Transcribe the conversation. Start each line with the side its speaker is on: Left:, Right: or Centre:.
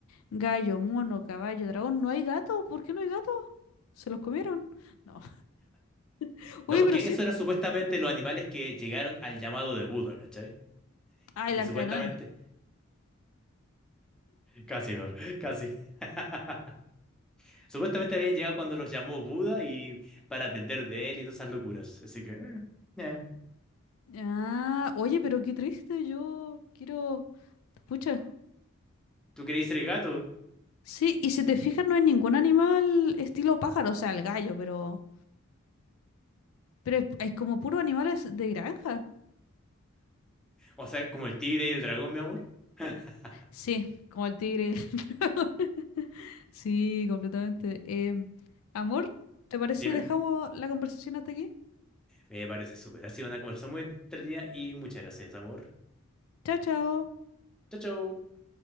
Left: gallo, mono, caballo, dragón. ¿No hay gato? ¿Por qué no hay gato? ¿Se los comieron? No. <laughs> Oye,
Centre: No, porque
Left: pero sí.
Centre: eso eran supuestamente los animales que llegaron al llamado de Buda, ¿cachai?
Left: Ah,
Centre: Y
Left: el arca
Centre: supuestamente...
Left: de Noé.
Centre: Casi, mi amor, <laughs> casi. <laughs> Supuestamente habían llegado cuando los llamó Buda y para aprender de él y todas esas locuras. Así que... eh, eh.
Left: Ah, oye, pero qué triste. Yo quiero... Pucha.
Centre: ¿Tú queréis ser gato?
Left: Sí, y si te fijas, no hay ningún animal estilo pájaro, o sea, el gallo, pero... Pero es, es como puro animales de granja.
Centre: O sea, como el tigre y el dragón, mi amor. <laughs>
Left: Sí, como el tigre y el <laughs> dragón. Sí, completamente. Em, amor, ¿te parece
Centre: Dime.
Left: dejamos la conversación hasta aquí?
Centre: Me parece súper. Ha sido una conversación muy entretenida y muchas gracias, amor.
Left: Chao, chao.
Centre: Chao, chao.